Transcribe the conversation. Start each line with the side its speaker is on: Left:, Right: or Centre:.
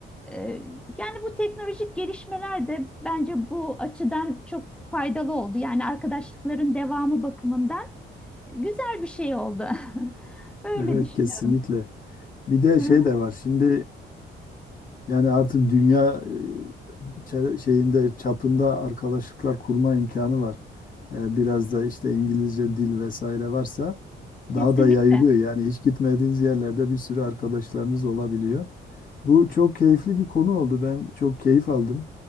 Centre: Ee, yani bu teknolojik gelişmeler de bence bu açıdan çok faydalı oldu. Yani arkadaşlıkların devamı bakımından güzel bir şey oldu. <laughs> Öyle
Left: Evet
Centre: düşünüyorum.
Left: kesinlikle. Bir de
Centre: Hı
Left: şey
Centre: hı.
Left: de var. Şimdi e, yani artık dünya e, çe- şeyinde çapında arkadaşlıklar kurma imkanı var. Ee, biraz da işte İngilizce dil vesaire varsa
Centre: Kesinlikle.
Left: daha da yayılıyor. Yani hiç gitmediğiniz yerlerde bir sürü arkadaşlarınız olabiliyor. Bu çok keyifli bir konu oldu. Ben çok keyif aldım.